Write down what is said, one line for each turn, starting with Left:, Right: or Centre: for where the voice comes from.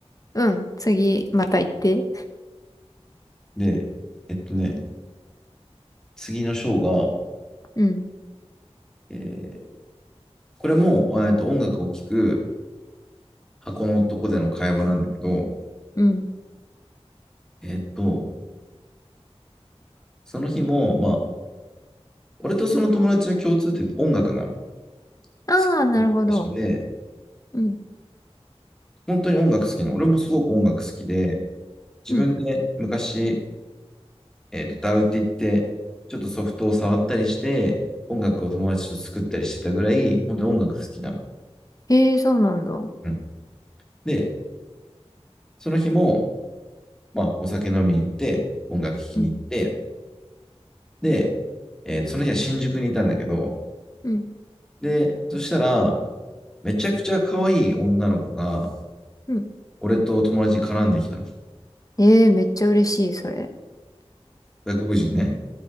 Left: うん、次、また行って。
Centre: で、えっとね、次の章が、
Left: うん、
Centre: えーこれも、えっと、音楽を聴く箱のとこでの会話なんだけど、
Left: うん。
Centre: えっと、その日も、まあ、俺とその友達の共通点って音楽なの。好
Left: ああ、
Centre: き
Left: なるほど。
Centre: な一緒で、
Left: うん、
Centre: 本当に音楽好きなの。俺もすごく音楽好きで、自分で昔
Left: うん。
Centre: えっと、ダウって言って、ちょっとソフトを触ったりして、音楽を友達と作ったりしてたぐらい、本当に音楽好きなの。
Left: ええー、そうなんだ。う
Centre: うん、で、その日も、まあ、お酒飲みに行って、音楽聴きに行って、
Left: ん、
Centre: で、えーその日は新宿にいたんだけど、
Left: うん、
Centre: で、そしたら、めちゃくちゃ可愛い女の子が、
Left: うん。
Centre: 俺と友達に絡んできたの。
Left: ええー、めっちゃ嬉しい、それ。
Centre: 外国人ね。